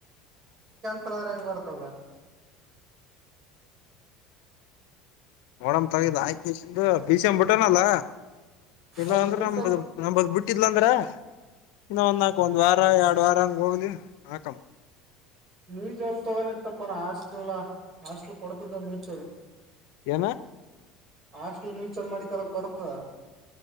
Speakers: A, on the right; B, on the left.
A: ಳಂಗಗೆ ಬರತಲ್ಲ
B: ಓಡಮ್ ತಗಿದ್ ಆಯಕ ಬೀಸ ಅ ಬಿಟ್ಟನಲ್ಲ ಇಲ್ಲ
A: ಅದು
B: ಅಂದ್ರೆ
A: ಮ್ಯೂಚುವಲ್
B: ನ ನದ್ ಬಿಟ್ಟ ಹತಿದ್ಲಂದ್ರ ಇ ಒ ನಾಕ ಒಂದ್ ವಾರ ಎರಡ್ ವಾರ ಹಂಗ ಹೋಗ್ಲಿ ಹಾಕಂ
A: ನೀೂಚೋಲ್ ತಗೊಂಡ ತಪ್ಪ ನ ಹಾಸ್ಟಲ್ ಹಾಸ್ಟಲ್ ಕೊಡ್ತದೋ ನೀೂಚೋಲ್
B: ಏನ
A: ಹಾಸ್ಟಲ್ ಮ್ಯೂಚುವಲ್ ಮಡಿಿ ಕರಕ್ ಬರ್ತದ